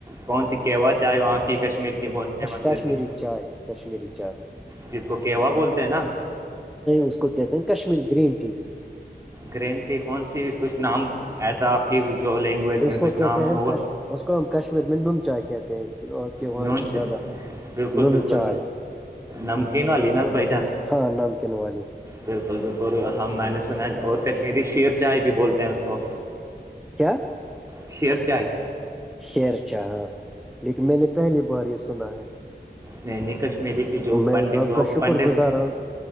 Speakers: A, on the right; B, in the centre.
A: کون سی کیوہ چائے وہاں کی کشمیر کی بہت فیمس
B: کشمیری
A: ہو تھی
B: چائے کشمیری چائے
A: جس کو کیوا بولتے ہیں نا
B: اس کو کشمیر گرین ٹی
A: گرینٹی کون سی کچھ نام ایسا آپ کی جو لینگویج میں
B: اس کو
A: کچھ نام
B: کہتے ہیں
A: ہوگا
B: ہم کش اس کو ہم کشمیر میں نون چائے کہتے ہیں کے
A: نون
B: زیادہ
A: بالکل
B: نن
A: بالکل
B: چائےائے
A: نمکین والی نا بھائی جان
B: ہاں نمکین والی
A: بالکل بالکل ہم میں نے سنا اور کشمیری شیر چائے بھی بولتے ہیں اس کو
B: کیا
A: شیر آئی
B: شیرچا ہاں لیکن میں نے پہلی بار یہ سنا ہے
A: نین کشمیری کی جو
B: میں
A: پنڈت
B: آپ
A: لوگ
B: کا شکر
A: پنڈت
B: گزار ہوں